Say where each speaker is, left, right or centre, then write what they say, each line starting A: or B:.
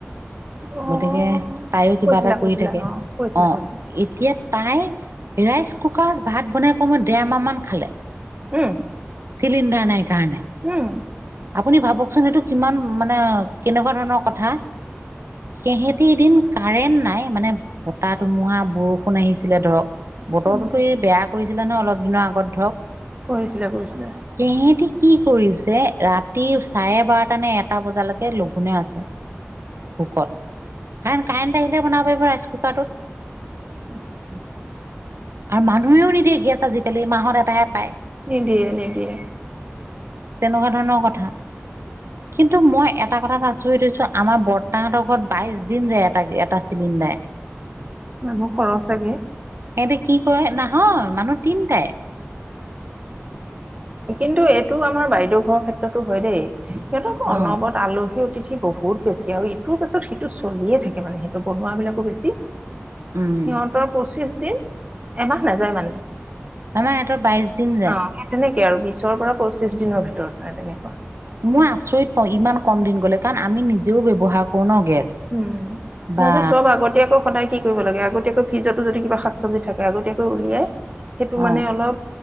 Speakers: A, on the right; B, on the right.
A: অ',
B: গতিকে তাইও কিবা
A: কৈছিলা
B: এটা
A: কৈছিলা
B: কৰি থাকে
A: কৈছিলা
B: অ
A: কৈছিলা
B: এতিয়া তাই ৰাইচ কুকাৰত ভাত বনাই ক মই দেৰমাহ মান খালে
A: উম
B: চিলিণ্ডাৰ নাই কাৰণে
A: উম
B: আপুনি ভাবকচোন সেইটো কিমান মানে কেনেকুৱা ধৰণৰ কথা। সিহেতি এদিন কাৰেণ্ট নাই মানে বতাহ ধুমুহা বৰষুণ আহিছিলে ধৰক বতৰটোতো
A: উম,
B: ই বেয়া কৰিছিলে নহয় অলপ দিনৰ আগত ধৰক
A: কৰিছিলে কৰিছিলে
B: সিহেঁতি কি কৰিছে ৰাতি চাৰে বাৰটা নে এটা বজালৈকে লঘোনে আছে ভোকত কাৰণ কাৰেণ্ট আহিলে বনাব পাৰিব ৰাইচ কুকাৰটোত
A: <unintelligible>
B: আৰু মানুহেও নিদিয়ে গেছ আজিকালি মাহত এটাহে পায়
A: নি দিয়ে নিদিয়ে
B: তেনেকুৱা ধৰণৰ কথা। কিন্তু মই এটা কথাত আচৰিত হৈছো আমাৰ বৰ্তাহতৰ ঘৰত বাইশ দিন যায় এটা এটা চিলিণ্ডাৰ
A: মানুহ খৰচ ছাগে
B: সিহতে কি কৰে নহয় মানুহ তিনটাই
A: কিন্তু এইটো আমাৰ বাইদেউ ঘৰৰ ক্ষেত্ৰতো হয় দেই সিহঁত আকৌ অনবত
B: অ
A: আলহী অতি থি বহুত বেছি আৰু ইটোৰ পাছত সিটো চলিয়ে থাকে মানে সেইটো বনোৱা বিলাকো বেছি সিহঁতৰ
B: উম
A: পঁচিছ দিন এমাহ নাযায় মানে
B: আমাৰ সিহঁতৰ বাইশ দিন যায়
A: অ সেই তেনেকে আৰু বিশৰ পৰা পঁচিশ দিনৰ ভিতৰত মানে তেনেকুৱা
B: মই আচৰিত পাওঁ ইমান কম দিন গ'লে কাৰণ আমি নিজেও ব্যৱহাৰ কৰো ন। গেছ
A: উম
B: বা
A: মই যে চব আগতীয়াকৈ সদায় কি লাগ আগতীয়াকৈ ফ্ৰিজতো যদি কিবা শাক চবজি থাকে আগতীয়াকৈ উলিয়াই সেইটো
B: অ
A: মানে অলপ